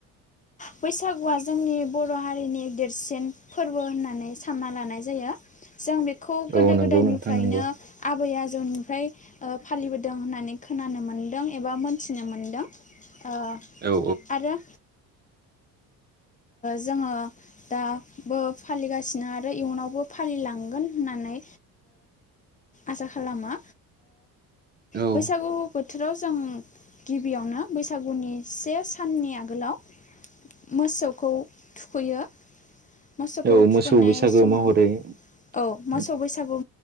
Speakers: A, on the left (about 20°); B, on the right (about 25°).
A: बैसागुआ जोंनि बर' हारिनि देरसिन फोरबो होननानै सानना लानाय जायो। जों बेखौ खौ गोदो
B: औ नंगौ
A: गोदायनिफ्रायनो
B: नोंथां नंगौ
A: आबै आज ओमफ्राय फालिबोदों होननानै खोनानो मोनदों एबा मोनथिनो मोनदों ओ
B: औ
A: आरो जोङो दाबो फालिगासिनो आरो इयुनावबो फालिलांगोन होननानै आसा खालामो
B: औ औ
A: बैसागु बोथ बोथोराव जों गिबियावनो बैसागुनि से साननि आगोलाव मोसौ खौ थुखैयो मोसौखौ
B: औ
A: थुखोननाय
B: मोसौ बैसागो
A: समाव
B: महरै
A: औ
B: फालिनाय
A: मोसौ बैसागु